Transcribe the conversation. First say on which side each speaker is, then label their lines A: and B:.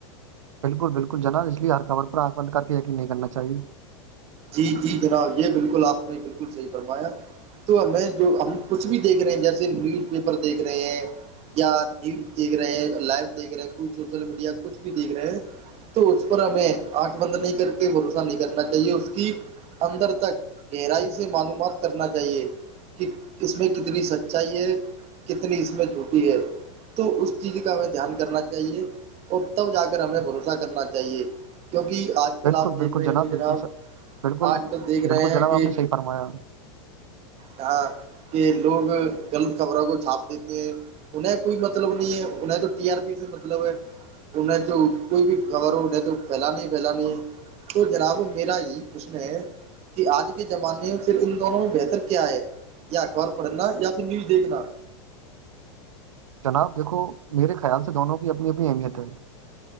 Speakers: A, on the right (about 80°); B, on the right (about 40°).
A: بالکل بالکل جناب اسے ہر خبر پرا بند کر کے یین نہیں کرنا چاہیے
B: جی جی جناب یہ بالکل آپ نے بالکل صحیح فرمایا تو ہمیں جو ہم کچھ بھی دیکھ رہے ہیں جیسے نیوز پیپر دیکھ رہے ہیں یا نیوز دیکھ رہے ہیں لائو دیکھ رہے کچھ سوشل میڈیا کچھ بھی دیکھ رہے تو اس پر ہمیں آنکھ بند نہیں کر کے بھروسہ نہیں کرنا چاہیے اس کی اندر تک گہرائی سے معلومات کرنا چاہیے کہ اس میں کتنی سچائی ہے کتنی اس میں جھوٹی ہے تو اس چیز کا ہمیں دھیان کرنا چاہیے اور تب جا کر ہمیں بھروسہ کرنا چاہیے کیونکہ آج کل
A: بالکل
B: آپ دیکھ
A: بالکل
B: رہے ہوں گے
A: بالکل
B: جناب
A: سر بالکل
B: آج کل دیکھ رہے
A: بالکل
B: ہیں
A: جناب
B: کہ
A: آپ نے صحیح فرمایا
B: ہاں کہ لوگ غلط خبروں کو چھاپ دیتے ہیں انہیں کوئی مطلب نہیں ہے انہیں تو ٹی آر پی سے مطلب ہے انہیں تو کوئی بھی خبر ہو انہیں تو پھیل نہیں پھیلانی ہے تو جناب میرا پرشن ہے کہ آج کے زمانے میں پھر ان دونوں میں بہتر کیا ہے یا اخبار پڑھنا یا پھر نیوز دیکھنا
A: جناب دیکھو میرے خیال سے دونوں کی اپنی اپنی اہمیت ہے